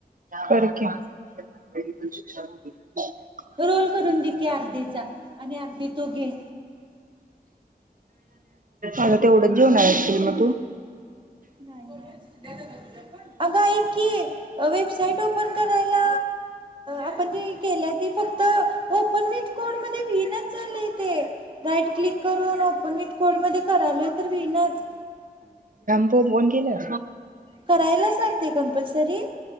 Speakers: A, on the right; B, on the right.
A: <unintelligible> कर <unintelligible> <inaudible>
B: रोल करून दे की अर्धीचा आणि अर्धी तू घे
A: आता तेवढंच जेवणा असतील मग तू
B: नाही नाय अग ऐक कि वेबसाईट ओपन करायला आपण ती केल्या ती फक्त ओपन वि कोड मध्ये विणच झालय ते राईट क्लिक करून ओपन विथ कोड मध्ये करालोय तर विनंच
A: <unintelligible> केल्या
B: करायलाच लागते कंपल्स तरी